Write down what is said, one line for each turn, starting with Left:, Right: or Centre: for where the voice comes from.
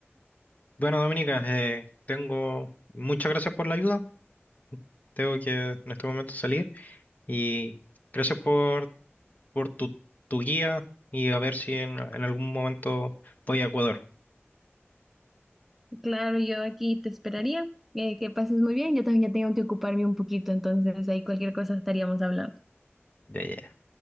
Left: bueno, Dominica, eh, tengo muchas gracias por la ayuda. Tengo que en este momento salir y gracias por, por tu, tu guía y a ver si en, en algún momento voy a Ecuador.
Centre: claro, yo aquí te esperaría. Eh, que pases muy bien, yo también ya tengo que ocuparme un poquito, entonces ahí cualquier cosa estaríamos hablando.
Left: Ya, ya.